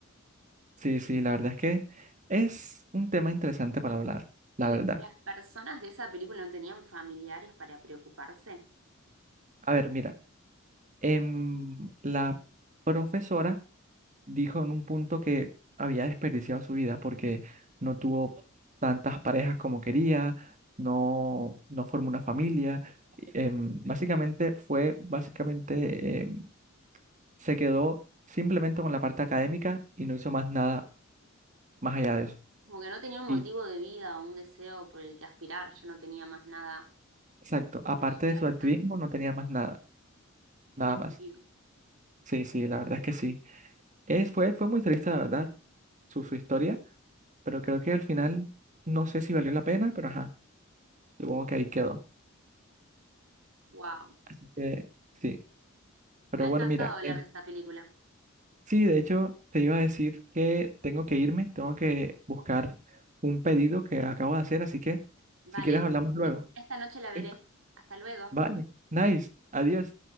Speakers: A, on the right; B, on the right.
A: sí, sí, la verdad es que es un tema interesante para hablar, la
B: Y
A: verdad.
B: las personas de esa película no tenían familiares para preocuparse,
A: A ver, mira, em, la profesora dijo en un punto que había desperdiciado su vida porque no tuvo tantas parejas como quería, no, no formó una familia. em, básicamente fue, básicamente em, se quedó simplemente con la parte académica y no hizo más nada más allá de eso.
B: como que no tenía un motivo
A: Y
B: de vida o un deseo por el que aspirar, ya no tenía más nada
A: exacto, aparte
B: que llevar
A: de su
B: adelante.
A: activismo no tenía más nada, nada
B: Tiene sentido.
A: más. Sí, sí, la verdad es que sí. Es, fue, fue muy triste, la verdad, su, su historia, pero creo que al final no sé si valió la pena, pero ajá, supongo que ahí quedó.
B: Wow.
A: Así que sí,
B: Me
A: pero
B: ha encantado
A: bueno, mira,
B: hablar
A: eh,
B: de esta película.
A: sí, de hecho te iba a decir que tengo que irme, tengo que buscar un pedido que acabo de hacer, así que
B: Vale,
A: si quieres hablamos luego.
B: esta noche la veré.
A: ¿Listo?
B: Hasta luego.
A: Vale, nice, adiós.